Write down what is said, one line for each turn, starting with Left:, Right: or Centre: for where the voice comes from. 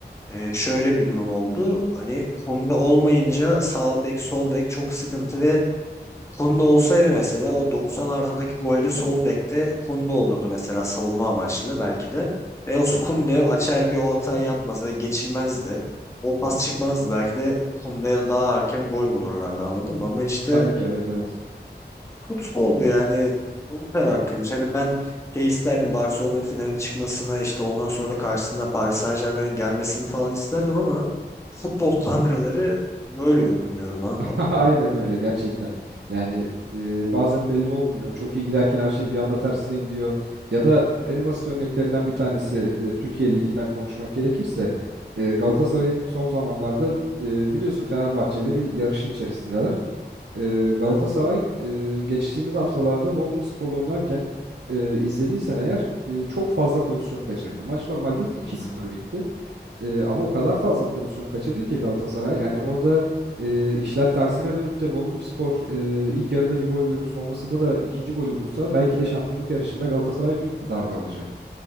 Left: ee, şöyle bir durum oldu. Hani Kunde olmayınca sağ bek sol bek çok sıkıntı ve Kunde olsaydı mesela o 90 artıdaki golde sol bekte Kunde olurdu mesela savunma amaçlı belki de. Ve o Kunde açar bir o hata yapmaz ve geçilmezdi. O pas çıkmazdı belki de Kunde'ye daha erken gol bulurlardı anladın mı? Ama işte
Right: Tabii ki evet evet.
Left: Futbol yani umutlar hakkıymış. Hani ben şey isterdim Barcelona'nın finale çıkmasına işte ondan sonra karşısına Paris Saint-Germain'in gelmesini falan isterdim ama futbol <laughs> tanrıları böyle uygun gördü. Ne yapalım?
Right: <laughs> Aynen öyle gerçekten. Yani e, bazen belli olmuyor. Çok iyi giderken her şey bir anda tersine gidiyor. Ya da en basit örneklerinden bir tanesi e, Türkiye Ligi'nden konuşmak gerekirse e, Galatasaray'ın
Left: Hı,
Right: son zamanlarda e, biliyorsun Fenerbahçe ile bir yarışın içerisindeler. E, Galatasaray
Left: Evet.
Right: e, geçtiğimiz haftalarda Bodrumspor'la oynarken e, izlediysen eğer e, çok fazla pozisyon kaçırdı. Maç normalde iki
Left: Hı
Right: sıfır
Left: hı.
Right: bitti. E, ama o kadar fazla pozisyon kaçırdı ki Galatasaray. Yani orada e, işler tersine dönüp de Bodrumspor e, ilk yarıda bir gol bulup sonrasında da ikinci golü bulsa belki de şampiyonluk yarışında Galatasaray büyük bir darbe alacaktı.